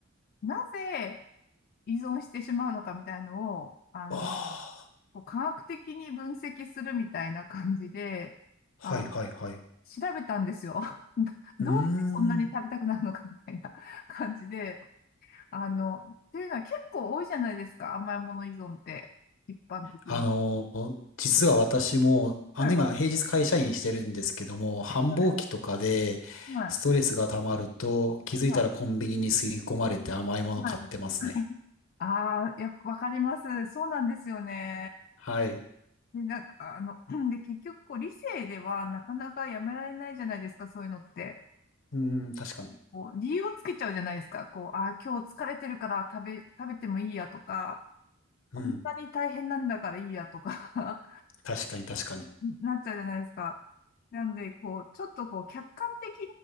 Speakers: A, on the left; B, on the left.
A: なぜ依存してしまうのかみたいのを、あの、
B: あ
A: こう科学的に分析するみたいな感じで、
B: あー、
A: あの、
B: はいはいはい。
A: 調べたんですよ。<laughs> どどうしてそんなに食べたくなるのかみたいな感じで、
B: うーん。
A: あの、っていうのは結構多いじゃないですか、甘いもの依存って、一般的に。
B: あの、実は私も、
A: はい、
B: あの今平日会社員してるんですけども、繁忙期とかでストレスが溜まると気づいたらコンビニに吸い込まれて甘いもの買ってますね。
A: はい、はい、はい。<laughs> はいああ、やっぱわかります。そうなんですよね。
B: はい。
A: で、なんか、あの、<clears throat> で、結局、こう、理性ではなかなかやめられないじゃないですか、そういうのって。
B: うーん、確かに。
A: こう、理由をつけちゃうじゃないですか。こう、あー、今日疲れてるから食べ、食べてもいいやとか、
B: うん、
A: こんなに大変なんだからいいやとか
B: 確かに、確かに。
A: <laughs> なっちゃうじゃないですか。なんで、こう、ちょっとこう、客観的